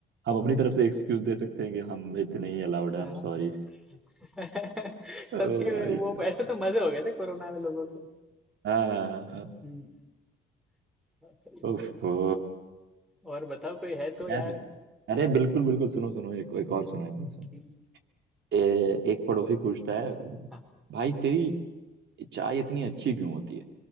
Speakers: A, on the right; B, in the centre.
A: हम अपनी तरफ से एक्सक्यूज दे सकते हैं कि हम इतने ही अलाउड है
B: हाँ
A: हम सॉरी
B: <laughs> सबके
A: ओ भाई
B: वो
A: साहब
B: ऐसे तो मजे हो गए थे कोरोना में लोगों के
A: हाँ हाँ हाँ हाँ।
B: हम्म बहुत सही।
A: उफ, ओ।
B: और बताओ कोई है तो यार
A: यार अरे बिल्कुल बिल्कुल सुनो सुनो एक एक और सुनो एक और सुनो
B: हम्म,
A: ए, एक पड़ोसी पूछता है
B: हाँ
A: भाई तेरी चाय इतनी अच्छी क्यों होती है